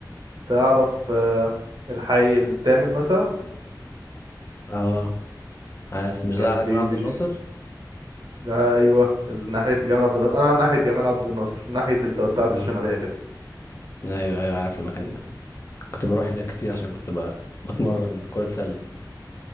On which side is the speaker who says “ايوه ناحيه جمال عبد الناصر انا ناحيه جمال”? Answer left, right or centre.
Right